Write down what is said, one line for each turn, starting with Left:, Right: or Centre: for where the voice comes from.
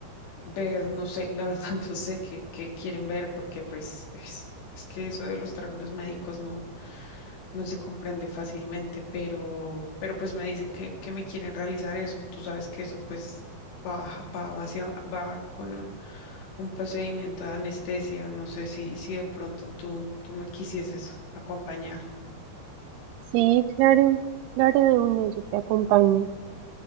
Left: ver, no sé, la verdad <laughs> no sé qué, qué quieren ver, porque pues es, es que eso de los términos médicos no. no se comprende fácilmente, pero, pero pues me dicen que, que me quieren realizar eso. Tú sabes que eso pues va, va hacia, va con un, un procedimiento de anestesia. No sé si, si de pronto tú, tú me quisieses acompañar.
Right: sí, claro, claro de uno, yo te acompaño.